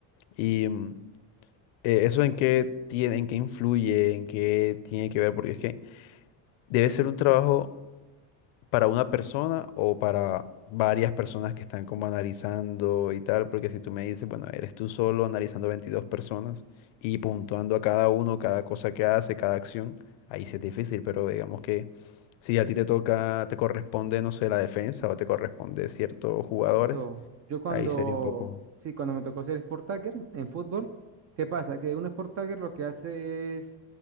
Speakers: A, on the left; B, on the right.
A: Y mm, eh, eso en qué tiene, en qué influye, en qué tiene que ver, porque es que debe ser un trabajo para una persona o para varias personas que están como analizando y tal, porque si tú me dices, bueno, eres tú solo analizando 22 personas y puntuando a cada uno, cada cosa que hace, cada acción, ahí sí es difícil, pero digamos que si a ti te toca, te corresponde, no sé, la defensa o te corresponde ciertos jugadores,
B: No, yo cuando,
A: ahí sería un poco...
B: sí, cuando me tocó ser sport tagger en fútbol, ¿qué pasa? Que un sport tagger lo que hace es